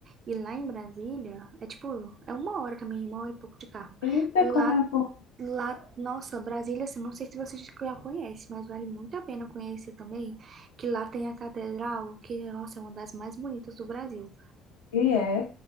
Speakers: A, on the right (about 40°); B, on the left (about 70°).
A: E lá em Brasília, é tipo, é uma hora também, uma hora e pouco de carro.
B: Eita,
A: Lá
B: como é bom.
A: Lá, nossa, Brasília, assim, não sei se vocês já conhecem, mas vale muito a pena conhecer também, que lá tem a catedral, que, nossa, é uma das mais bonitas do Brasil.
B: E é.